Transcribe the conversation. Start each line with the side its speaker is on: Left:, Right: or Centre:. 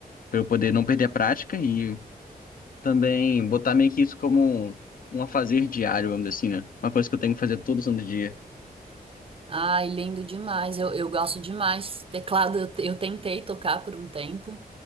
Left: pra eu poder não perder a prática e também botar meio que isso como um, um afazer diário, vamos dizer assim, né? Uma coisa que eu tenho que fazer todo santo dia.
Right: Ai, lindo demais, eu, eu gosto demais. Teclado eu, te- eu tentei tocar por um tempo,